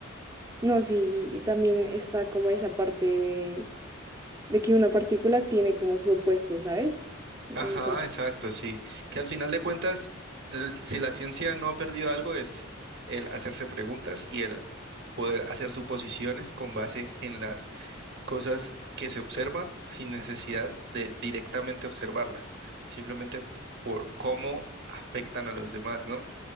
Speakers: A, on the right; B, on the right.
A: No, sí, y también está como esa parte de, de que una partícula tiene como su opuesto, ¿sabes? No
B: Ajá,
A: me acuerdo.
B: exacto, sí. Que al final de cuentas, el- si la ciencia no ha perdido algo, es el hacerse preguntas y el poder hacer suposiciones con base en las cosas que se observan sin necesidad de directamente observarlas, simplemente por cómo afectan a los demás, ¿no?